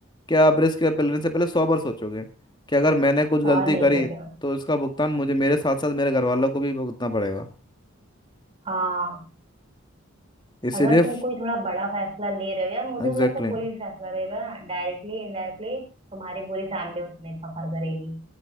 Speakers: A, on the left (about 20°); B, on the right (about 30°).
A: कि आप रिस्क लेने से पहले सौ बार सोचोगे कि अगर मैंने कुछ गलती
B: और नहीं
A: करी
B: तो क्या
A: तो इसका भुगतान मुझे मेरे साथ साथ मेरे घर वालों को भी भुगतना पड़ेगा
B: हाँ
A: इसीलिए
B: अगर तुम कोई थोड़ा बड़ा फैसला ले रहे हो या मुझे
A: एग्जैक्टली
B: तो लगता है कोई भी फैसला लेगा डायरेक्टली इनडायरेक्टली तुम्हारी पूरी फैमिली उसमें सफर करेगी